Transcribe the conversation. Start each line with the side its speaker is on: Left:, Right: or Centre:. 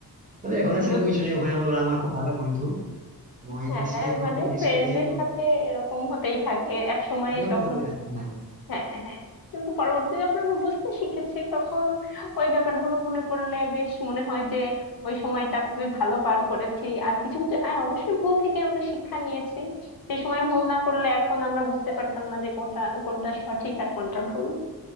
Right: তবে এখন আর সেরকম
Left: বুঝতে
Right: কিছু নেই ওখানে আমার- ওরা আমার খুব ভালো বন্ধু এবং এই
Left: হ্যাঁ
Right: জিনিসটাকে এখনো
Left: মানে
Right: খুব মিস
Left: ফ্রেন্ডের
Right: করি যে ওরা-
Left: সাথে এরকম হতেই থাকে এক সময়ে
Right: একদম
Left: যখন
Right: তো হতেই থাকে হ্যাঁ
Left: হ্যাঁ হ্যাঁ কিন্তু পরবর্তীতে যখন আমরা বুঝতে শিখেছি তখন ওই ব্যাপারগুলো মনে পড়লে বেশ মনে হয় যে ওই সময়টা খুবই ভালো পার করেছি আর কিছু কিছু হ্যাঁ অবশ্যই ভুল থেকে আমরা শিক্ষা নিয়েছি সে সময় ভুল না করলে এখন আমরা বুঝতে পারতাম না যে কোনটা কোনটা সঠিক আর কোনটা ভুল